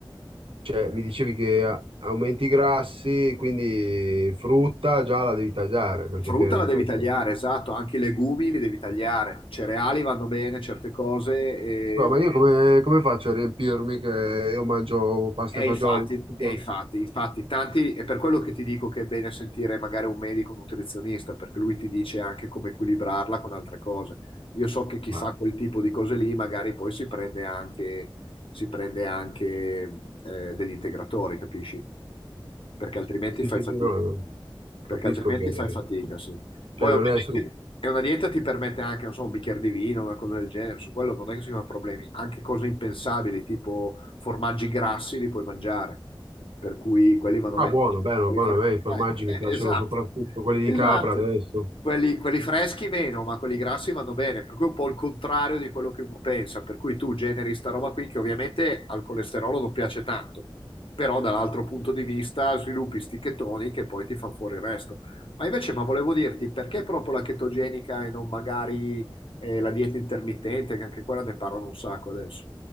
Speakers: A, on the right (about 85°); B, on the left (about 75°).
A: Cioè, mi dicevi che a- aumenti i grassi, quindi frutta già la devi tagliare perché
B: Frutta
A: è piena di
B: la devi
A: zucchero.
B: tagliare, esatto, anche i legumi li devi tagliare, cereali vanno bene, certe cose, e
A: No, ma io come, come faccio a riempirmi che io mangio pasta
B: E
A: e fagioli
B: infatti,
A: tutti i
B: e
A: giorni?
B: infatti, infatti, tanti, è per quello che ti dico che è bene sentire magari un medico, un nutrizionista, perché lui ti dice anche come equilibrarla con altre cose. Io so che chi
A: Ah,
B: fa quel tipo di cose lì magari poi si prende anche, si prende anche eh, degli integratori, capisci? Perché altrimenti
A: sì,
B: fai
A: sì,
B: fatica.
A: sì, no, capisco
B: Perché altrimenti
A: che...
B: fai fatica, sì.
A: Cioè,
B: Poi
A: non
B: ovviamente
A: è... su-
B: è una dieta ti permette anche, non so, un bicchiere di vino, una cosa del genere, su quello non è che si sono problemi, anche cose impensabili, tipo formaggi grassi li puoi mangiare, per cui quelli vanno
A: Ah,
B: bene.
A: buono,
B: Invece
A: bello,
B: quelli
A: buono,
B: fre-
A: a me i formaggi
B: eh,
A: mi piacciono
B: <laughs> esatto,
A: soprattutto quelli
B: esatto.
A: di capra adesso.
B: Quelli, quelli freschi meno, ma quelli grassi vanno bene, per cui è un po' il contrario di quello che uno pensa, per cui tu generi sta roba qui che ovviamente al colesterolo non piace tanto, però dall'altro punto di vista sviluppi sti chetoni che poi ti fanno fuori il resto. Ma invece, ma volevo dirti, perché proprio la chetogenica e non magari eh, la dieta intermittente, che anche quella ne parlano un sacco adesso?